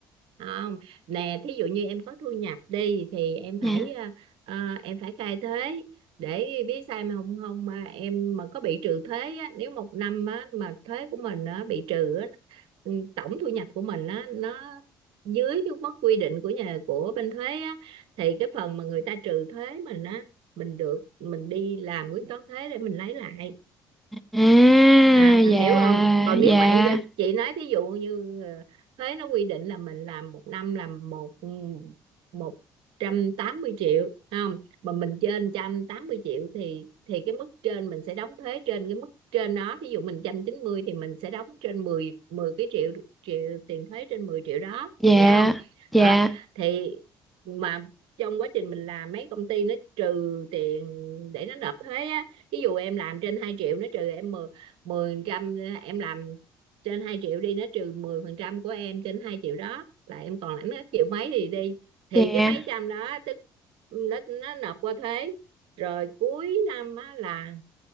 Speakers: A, on the right; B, in the centre.
A: không nè thí dụ như em có thu nhập đi thì em
B: dạ
A: phải à, à, em phải khai thuế để biết sai mà không không mà em mà có bị trừ thuế á, nếu một năm á, mà thuế của mình á, bị trừ á, ừ, tổng thu nhập của mình á, nó dưới cái mức quy định của nhà của bên thuế á, thì cái phần mà người ta trừ thuế mình á mình được mình đi làm quyết toán thuế để mình lấy lại
B: à
A: À,
B: dạ
A: hiểu không? Còn nếu
B: dạ
A: mà em ra chị nói thí dụ như ờ, thuế nó quy định là mình làm một năm làm một ừ, một trăm tám mươi triệu phải không mà mình trên trăm tám mươi triệu thì thì cái mức trên mình sẽ đóng thuế trên cái mức trên đó thí dụ mình trăm chín mươi thì mình sẽ đóng trên mười mười cái triệu triệu tiền thuế trên 10 triệu đó
B: dạ
A: hiểu không
B: dạ
A: Ờ, thì mà trong quá trình mình làm mấy công ty nó trừ tiền để nó nộp thuế á ví dụ em làm trên 2 triệu nó trừ em mười 10% em làm trên 2 triệu đi nó trừ 10% của em trên 2 triệu đó là em còn lãnh hết triệu mấy thì đi thì
B: dạ
A: cái mấy trăm đó tức nó, nó nộp qua thuế rồi cuối năm á, là